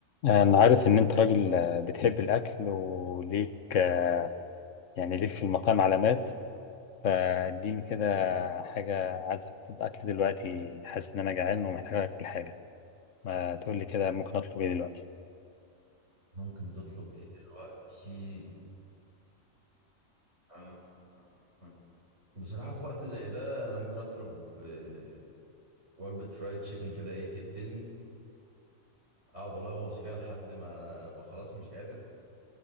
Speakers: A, on the left (about 65°); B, on the right (about 60°).
A: آه، أنا عارف إن أنت راجل آه، بتحب الأكل وليك آه، يعني ليك في المطاعم علامات فاديني كده حاجة عايز أطلب أكل دلوقتي حاسس إن أنا جعان ومحتاج آكل حاجة ما تقولي كده ممكن أطلب إيه دلوقتي
B: ممكن تطلب ايه دلوقتي آه، آه، آه. بصراحة في وقت زي ده انا ممكن اطلب آه، وجبة فرايد تشيكن كده ايه تقتلني اقعد الغوص فيها لحد ما ابقى خلاص مش قادر